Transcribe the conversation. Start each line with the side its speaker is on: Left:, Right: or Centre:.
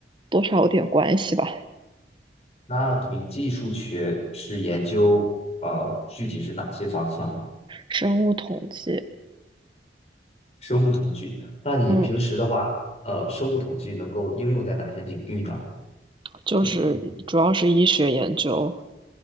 Right: 多少有点关系吧，
Left: 那统计数学是研究呃，具体是哪些方向的
Right: 生物统计。
Left: 生物统计。那你平时的话，
Right: 嗯。
Left: 呃，生物统计能够应用在哪些领域呢？
Right: 就是主要是医学研究，
Left: 就是，